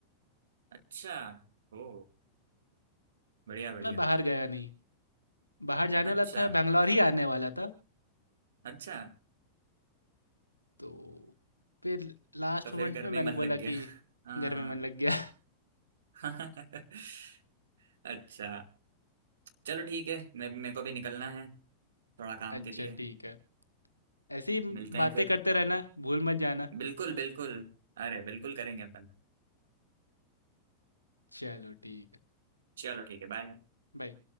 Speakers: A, on the right; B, on the left.
A: अच्छा ओ बढ़िया बढ़िया
B: मैं बाहर गया नहीं बाहर जाने
A: अच्छा
B: वाला था बैंगलोर ही आने वाला था
A: अच्छा
B: तो फिर लास्ट
A: तो फिर
B: मोमेंट
A: घर
B: में
A: में
B: मैंने
A: ही मन लग
B: बोला
A: गया
B: कि
A: हाँ
B: घर में मन लग गया <laughs>
A: <laughs> अच्छा चलो ठीक है मैं मेरे को भी निकलना है थोड़ा काम
B: अच्छा
A: के लिए
B: ठीक है ऐसी
A: मिलते हैं
B: बातें
A: फिर
B: करते रहना भूल मत जाना
A: बिल्कुल बिल्कुल अरे बिल्कुल करेंगे अपन
B: चलो ठीक है
A: चलो ठीक है बाय
B: बाय